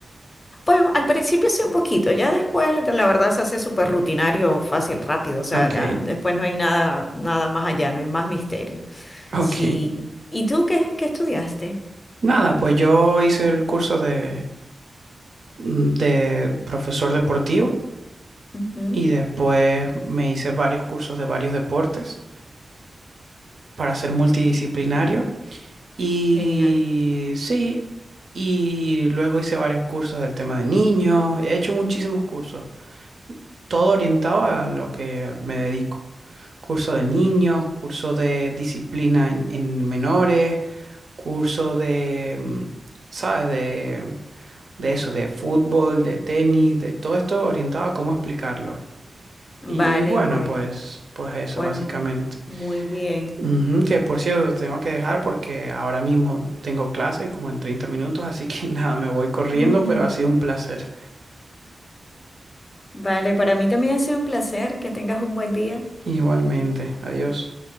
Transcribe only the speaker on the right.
Ok,
ok.
Nada, pues yo hice el curso de mm, de profesor deportivo
y después me hice varios cursos de varios deportes para ser multidisciplinario y
sí, y luego hice varios cursos del tema de niños, he hecho muchísimos cursos, todo orientado a lo que me dedico. Curso de niños, curso de disciplina en, en menores, curso de, mm, ¿sabes? De, de eso, de fútbol, de tenis, de todo esto orientado a cómo explicarlo.
Y bueno,
pues, pues eso
básicamente.
Ujú, que por cierto, tengo que dejar porque ahora mismo tengo clase como en 30 minutos, así que <laughs> nada, me voy corriendo,
pero ha sido un placer.
Igualmente, adiós.